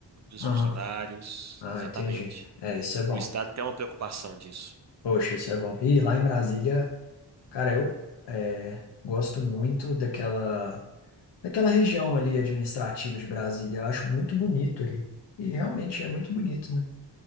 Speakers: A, on the right; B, on the left.
A: dos
B: Aham.
A: funcionários,
B: Ah,
A: exatamente.
B: entendi. É, isso é bom.
A: O Estado tem uma preocupação disso,
B: Poxa, isso é bom. E lá em Brasília, cara, eu é, gosto muito daquela. Aquela região ali administrativa de Brasília, eu acho muito bonito ali. E realmente é muito bonito, né?